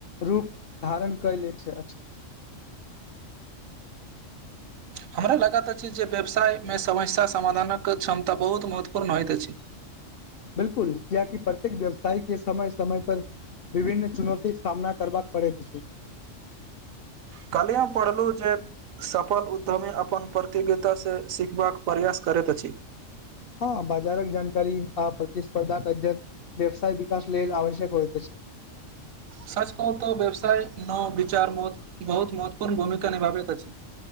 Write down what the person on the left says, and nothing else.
रूप धारण कले छै अछि
बिल्कुल कियाकि प्रत्येक व्यवसाय के समय समय पर विभिन्न चुनौती के सामना करबाका पड़ैत अछी
हँ बाजारक जानकारी आ प्रतिस्पर्धाक अर व्यवसाय विकास लेल आवश्यक होयइत छै <inaudible>